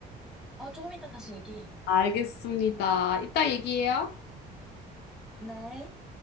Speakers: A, in the centre; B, on the left.
A: 어, 조금 이따 다시 얘기해요.
B: 알겠습니다. 이따 얘기해요.
A: 네.